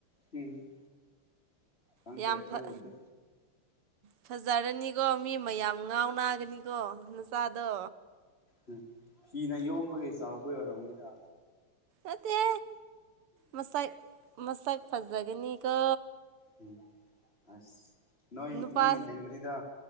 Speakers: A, on the left; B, on the right.
A: ꯎꯝ ꯈꯪꯗꯦ
B: ꯌꯥꯝ
A: ꯑꯗꯨꯕꯨꯗꯤ
B: ꯐꯑ ꯐꯖꯔꯅꯤꯀꯣ ꯃꯤ ꯃꯌꯥꯝ ꯉꯥꯎ ꯅꯥꯒꯅꯤꯀꯣ ꯅꯨꯄꯥꯗꯣ
A: ꯎꯝ ꯐꯤꯅ ꯌꯣꯝꯕꯒꯤ ꯆꯥꯎꯕꯩ ꯑꯣꯏꯔꯝꯅꯤꯗ
B: ꯑꯗꯦ ꯃꯁꯛ ꯃꯁꯛ ꯐꯖꯒꯅꯤꯀꯣ
A: ꯎꯝ ꯑꯁ ꯅꯣꯏ
B: ꯅꯨꯄꯥ
A: ꯅꯣꯏꯅ ꯍꯦꯟꯒꯅꯤꯗ